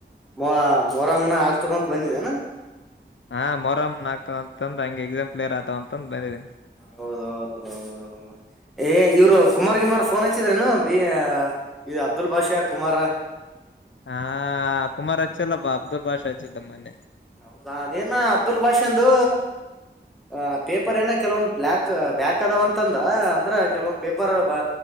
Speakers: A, in the centre; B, on the left.
A: ಮೊ ಮೊರ ಮನ ಆಗ್ತಗಂತ ಬಂದಿದೆನಾ
B: ಹಾ ಮೊರಮ್ಮನನ್ ಆಗ್ತವ ಅಂತಂದ ಹಂಗೆ ಎಕ್ಸಾಮ್ ಕ್ಲಿಯರ್ ಆಗ್ತವ ಅಂತಂದಂದು ಬಂದ್ದೀನಿ
A: ಹೌದ ಹೌೌ ಹೌದ ಹೌ ಏ ಇವ್ರು ಕುಮಾರ್ ಗಿಮಾರ್ ಫೋನ್ ಹಚ್ಚಿದ್ರನು ಬಿ ಇ ಅಬ್ದುಲ್ ಭಾಷ ಕುಮಾರ
B: ಹಾ ಕುಮಾರ್ ಹಚ್ಚಲ್ಲಪ್ಪಾ ಅಬ್ದುಲ್ ಬಾಷ್ ಹಚ್ಚಿದ್ದಮ್ಮ ಮೊನ್ನೆ
A: ಹೌದಾ ಅದೇನ ಅಬ್ದುಲ್ ಭಾಷಂದು ಆ ಪೇಪರ್ ಏನ ಕೆಲವೊಂದ್ ಬ್ಲಾಕ್ ಬ್ಯಾಕ್ ಅದಾವ ಅಂತಂದ ಅಂದ್ರ ಕೆಲವೊಂದ್ ಪೇಪರ್ ಬ